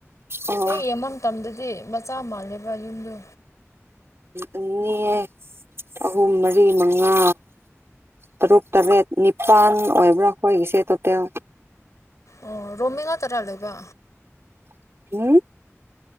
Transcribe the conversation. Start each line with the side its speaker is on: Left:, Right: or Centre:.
Right: ꯑꯣ
Left: ꯍꯦꯛ ꯌꯦꯡꯕ ꯃꯇꯝꯗꯗꯤ ꯃꯆꯥ ꯃꯥꯜꯂꯦꯕ ꯌꯨꯝꯗꯣ
Right: ꯑꯅꯤ ꯑꯍꯨꯝ ꯃꯔꯤ ꯃꯉꯥ ꯇꯔꯨꯛ ꯇꯔꯦꯠ ꯅꯤꯄꯥꯜ ꯑꯣꯏꯕ꯭ꯔꯥ ꯑꯩꯈꯣꯏꯒꯤꯁꯦ ꯇꯣꯇꯦꯜ
Left: ꯑꯣ ꯔꯣꯃꯦꯒ ꯇꯔꯥ ꯂꯩꯕ
Right: ꯎꯝ